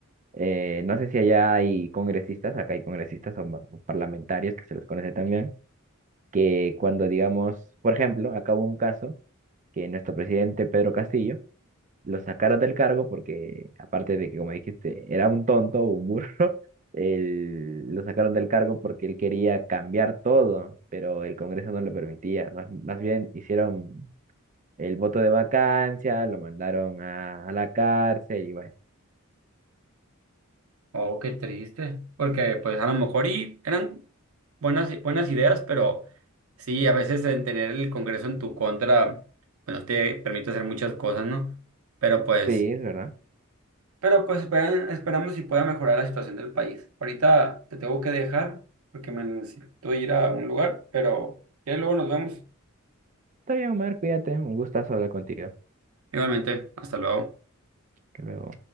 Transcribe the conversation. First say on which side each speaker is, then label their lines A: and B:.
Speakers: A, on the right; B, on the right.
A: eh, no sé si allá hay congresistas, acá hay congresistas o, ma- o parlamentarios que se los conoce también, que cuando digamos, por ejemplo, acá hubo un caso que nuestro presidente Pedro Castillo lo sacaron del cargo porque, aparte de que, como dijiste, era un tonto, un burro, <laughs> él- lo sacaron del cargo porque él quería cambiar todo, pero el Congreso no lo permitía. Más, más bien hicieron el voto de vacancia, lo mandaron a, a la cárcel y bueno.
B: Oh, qué triste. Porque pues a lo mejor y eran buenas, i- buenas ideas, pero sí, a veces en tener el Congreso en tu contra, pues no te permite hacer muchas cosas, ¿no? Pero pues,
A: Sí, es verdad.
B: pero pues esperan- esperamos si pueda mejorar la situación del país. Ahorita te tengo que dejar porque me necesito ir a un lugar, pero ya luego nos vemos.
A: Está bien, Omar, cuídate. Un gustazo hablar contigo.
B: Igualmente, hasta luego.
A: Hasta luego.